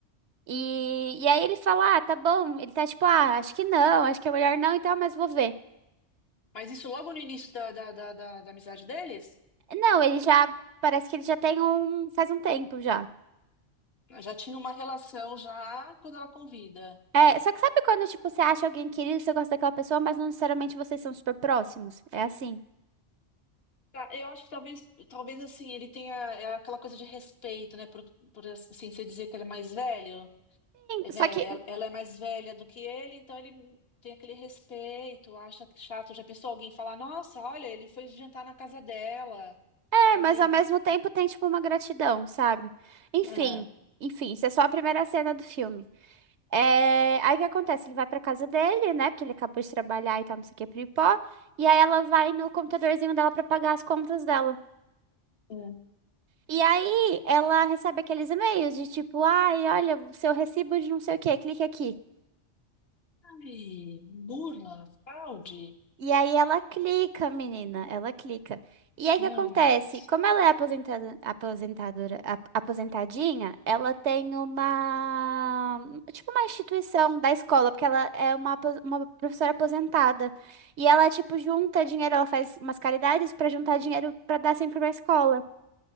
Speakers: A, on the right; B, on the left.
A: E, e aí ele fala: Ah, tá bom. Ele tá tipo: Ah, acho que não, acho que é melhor não, então, mas vou ver.
B: Mas isso logo no início da, da, da, da da amizade deles?
A: Não, ele já, parece que ele já tem um, faz um tempo já.
B: Já tinha uma relação já quando ela convida.
A: É, só que sabe quando, tipo, você acha alguém querido, você gosta daquela pessoa, mas não necessariamente vocês são super próximos? É assim.
B: Tá, Eu acho que talvez, talvez assim, ele tenha é, aquela coisa de respeito, né? Por, por assim, você dizer que ele é mais velho,
A: Só
B: né?
A: que
B: Ela ela é mais velha do que ele, então ele tem aquele respeito, acha que chato. Já pensou alguém falar, nossa, olha, ele foi jantar na casa dela.
A: É,
B: Será
A: mas
B: que é isso?
A: ao mesmo tempo tem, tipo, uma gratidão, sabe? Enfim,
B: Ah,
A: enfim, isso é só a primeira cena do filme. É, aí o que acontece? Ele vai pra casa dele, né? Porque ele acabou de trabalhar e tal, não sei o que, pipó. E aí ela vai no computadorzinho dela pra pagar as contas dela.
B: é.
A: E aí ela recebe aqueles e-mails de tipo, ai, olha, o seu recibo de não sei o que, clique aqui.
B: Ai, burla, fraude.
A: E aí ela clica, menina, ela clica. E aí o
B: Não.
A: que acontece? Como ela é aposentada, aposentadora, ap- aposentadinha, ela tem uma, tipo uma instituição da escola, porque ela é uma, apo- uma professora aposentada. E ela, tipo, junta dinheiro, ela faz umas caridades para juntar dinheiro para dar sempre pra escola.